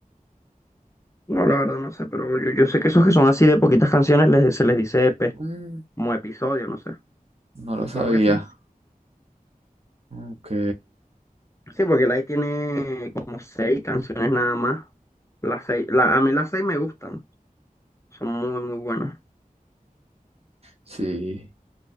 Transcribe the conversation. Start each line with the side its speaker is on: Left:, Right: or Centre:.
Left: No, la verdad no sé, pero yo, yo sé que esos que son así de poquitas canciones les, se les dice EP,
Right: mm,
Left: como episodio, no sé.
Right: no lo
Left: Supongo
Right: sabía.
Left: que es por eso.
Right: Ok,
Left: sí, porque el ahí tiene como seis canciones nada más. Las seis, la, a mí las seis me gustan, son muy, muy buenas.
Right: sí.